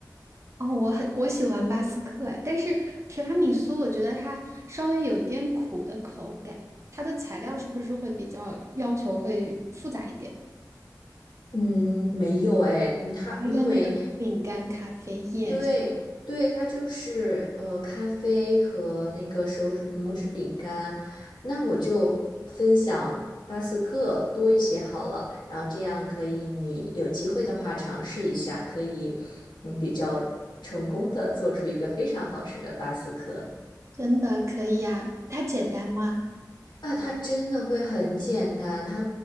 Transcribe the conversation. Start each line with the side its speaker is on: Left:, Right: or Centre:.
Right: <laughs> 哦，我很我喜欢巴斯克哎，但是提拉米苏我觉得它稍微有一点苦的口感，它的材料是不是会比较要求会复杂一点？
Left: 嗯，没有哎，嗯它因为
Right: 还有那个饼干咖啡液，
Left: 对对，它就是呃咖啡和那个手指拇指饼干，那我就分享巴斯克多一些好了，然后这样可以你有机会的话尝试一下，可以嗯比较成功的做出一个非常好吃的巴斯克。
Right: 真的可以呀？它简单吗？
Left: 啊，它真的会很简单，它